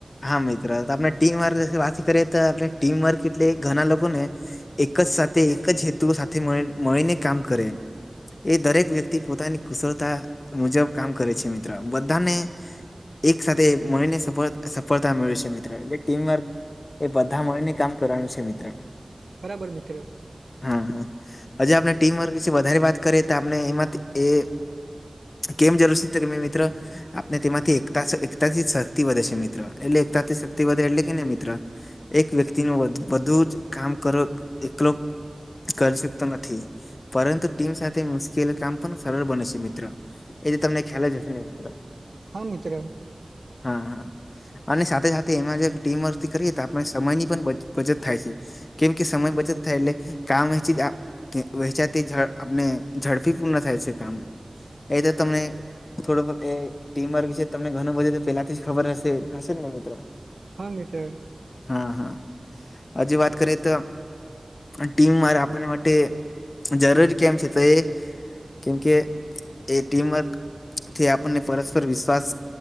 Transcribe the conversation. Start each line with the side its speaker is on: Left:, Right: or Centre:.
Left: હા મિત્ર તો આપણે ટીમ વર્ક વાત કરે તો આપણે ટીમ વર્ક એટલે ઘણા લોકોને એક જ સાથે એક જ હેતુઓ સાથે મળીને કામ કરે એ દરેક વ્યક્તિ પોતાની કુશળતા મુજબ કામ કરે છે મી ત્ર બધાને એક સાથે મળીને સફ સફળતા મળે છે મિ ત્ર એ ટીમ વર્ક એ બધા મળીને કામ કરવાનું છે મિત્ર
Right: બરાબર મિત્ર
Left: હા હા હજી આપણે ટીમ વર્ક વિશે વધારે વાત કરીએ તો આપણે એમાંથી એ કેમ જરૂર છે તો મિત્ર આપને તેમાંથી એકતા સ એકતાથી શક્તિ વધે છે મિ ત્ર એટલે એકતાથી શક્તિ વધે એટલે કે ને મિત્ર એક વ્યક્તિનું બધુ જ કામ કરો એકલો કરી શકતો નથી. પરંતુ ટીમ સાથે મુશ્કેલ કામ પણ સરળ બને છે મિત્ર, એ તો તમને ખ્યાલ જ હશે ને મિત્ર
Right: હા મિત્ર
Left: હા હા અને સાથે સાથે એમાં જે ટીમ વર્કથી કરીએ આપણે સમયની પણ બચત થાય છે કેમ કે સમય બચત થાય એટલે કામ વહેંચી જાય કે વહેચાતી ઝડપ આપને ઝડપી પૂર્ણ થાય છે કામ, એ તો તમને થોડું એ ટીમવર્ક તમને ઘણું બધું પેલાથી ખબર જ હશે હશેને મિત્ર
Right: હા મિત્ર
Left: હા હા હજી વાત કરીએ તો ટીમ મારે આપને માટે જરૂરી કેમ છે તો એ કેમકે એ ટીમવર્કથી આપણને પરસ્પર વિશ્વાસ